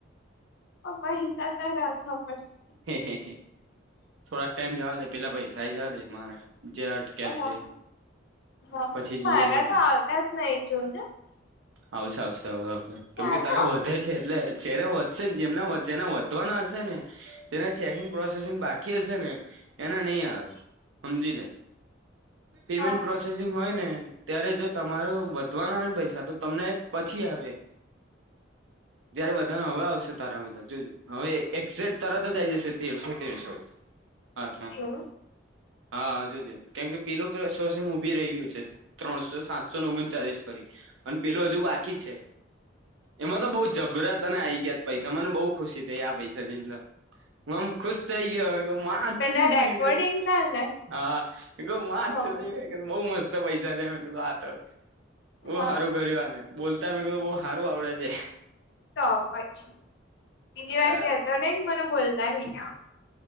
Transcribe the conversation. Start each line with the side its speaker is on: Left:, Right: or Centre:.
Left: પ પ હિસા તો રાવા પડ. <unintelligible>
Right: હે, હ, થોડાક ટાઈમ જવા દે, પેલા પૈસાઈ જવા દે મારા જે. અટક્યા
Left: હા,
Right: છે
Left: હા,
Right: પછી જઈએ
Left: મારા
Right: કે
Left: તો આવતા જ નહી જોને.
Right: આવશે, આવશે, આવ આવશે કેમ
Left: ક્યારે
Right: કે તારા
Left: આવશે
Right: વધે છે, એટલે. જેને વધશે ને, જેમના જેના વધવાના હશે ને. જેના ચેકિંગ પ્રોસેસિંગ બાકી હશે ને, એના નહીં આવે, સમજી લે. પેમેન્ટ
Left: હા
Right: પ્રો. પ્રોસેસિંગ હોય ને, ત્યારે જો તમારો વધવાના હોય ને, પૈસા તો તમને પછી આપે.
Left: <unintelligible>
Right: જયારે બધા ને હવે આવશે, તારા બધા જોજ હવે એક્ઝે તાર. જશે, તેરસો-તેરસો, અચ્છા.
Left: એવું
Right: હા હજુ છે, કેમ કે પીલું ઉભી રહ્યું છે, ત્રણસો-સાતસો ને, ઓગણચાલીસ ફરી. અને પેલું હજુ બાકી જ છે, એમાં તો બઉ. જબરા તને આ આવી ગયા, પૈસા મને બહુ ખુશી થઈ આ પૈસા જે. હમ, ખુશ થઇ ગયો, હમ, નાચ.
Left: પેલા રેકોર્ડિંગ ના ને
Right: હા, એ તો નાચ.
Left: હ
Right: બઉુ મસ્ત પૈસા છે, મે કીધું આ ત બહુ
Left: હા
Right: સારું કર્યું આને. બોલતા, અમે કીધું બહુ સારું આવડે છે.
Left: તો પછી બીજી
Right: તારે
Left: વાર કેતો ને, મને બોલતા નઈ આવડે.